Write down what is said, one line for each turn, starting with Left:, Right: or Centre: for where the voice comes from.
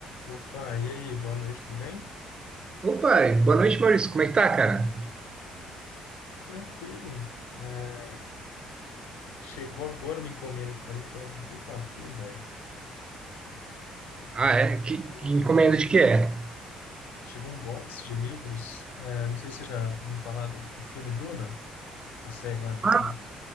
Left: Opa, e aí, boa noite, tudo bem?
Right: Opa, boa noite, Maurício. Como é que tá, cara?
Left: Tranquilo. É, chegou agora uma encomenda aqui para mim, que eu tava muito afim, velho.
Right: Ah, é?
Left: Chegou,
Right: Que, que encomenda de que é?
Left: chegou um box de livros. É, não sei se você já ouviu falar do, do filme Duna, a série lá Duna.
Right: Ah,